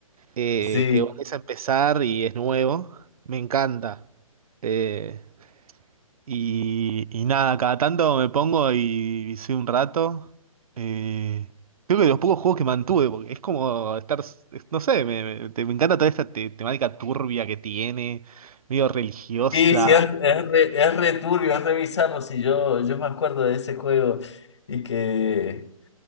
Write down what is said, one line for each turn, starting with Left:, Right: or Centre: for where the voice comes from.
Right: eh,
Left: sí.
Right: que volvés a empezar y es nuevo, me encanta. Eh, y, y nada, cada tanto me pongo y visé un rato. Eh, creo que de los pocos juegos que mantuve, porque es como estar, es- no sé, me, me- te- me encanta toda esta te- temática turbia que tiene, medio religiosa.
Left: Sí, sí, es, es re, es re turbio, es re bizarro, sí, yo, yo me acuerdo de ese juego y que...